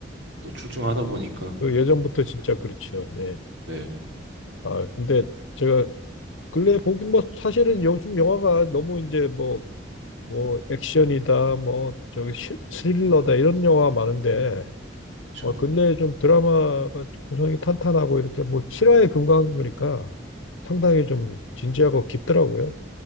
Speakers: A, on the right; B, on the left.
A: 또 출중하다 보니까
B: 그 예전부터 진짜 그렇죠. 예.
A: 네,
B: 아, 근데 제가 근래 보긴 뭐 사실은 요즘 영화가 너무 이제 뭐 뭐 액션이다 뭐 저기 시- 스릴러다 이런 영화 많은데
A: 그쵸.
B: 어 근래 좀 드라마가 구성이 탄탄하고 이렇게 뭐 실화에 근거한 거니까 상당히 좀 진지하고 깊더라고요.